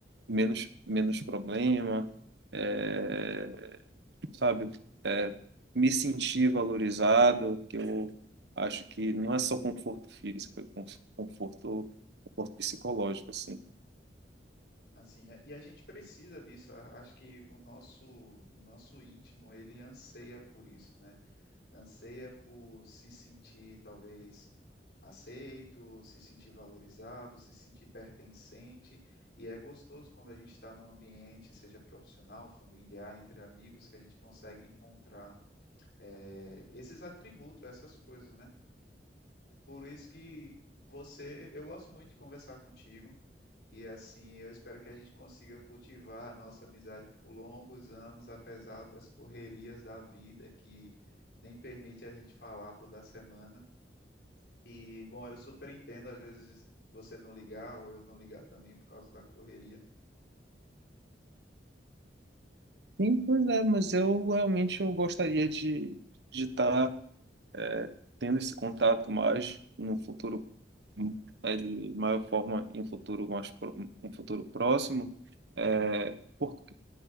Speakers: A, on the right; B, on the left.
A: menos, menos problema, é, sabe? É, me sentir valorizado, que eu acho que não é só conforto físico, é conforto, conforto psicológico, assim.
B: Assim, é- e a gente precisa disso. a- Acho que o nosso, o nosso íntimo, ele anseia por isso, né? Anseia por se sentir talvez aceito, se sentir valorizado, se sentir pertencente. E é gostoso quando a gente está num ambiente, seja profissional, familiar, entre amigos, que a gente consegue encontrar eh, esses atributos, essas coisas, né? Por isso que você, eu gosto muito de conversar contigo. E assim, eu espero que a gente consiga cultivar a nossa amizade por longos anos, apesar das correrias da vida que nem permite a gente falar toda semana. E, bom, eu super entendo, às vezes você não ligar ou eu não ligar também por causa da correria.
A: Sim, pois é, mas eu realmente eu gostaria de de estar é, tendo esse contato mais no futuro é, de maior forma em um futuro mais pro- em um futuro próximo é, porque,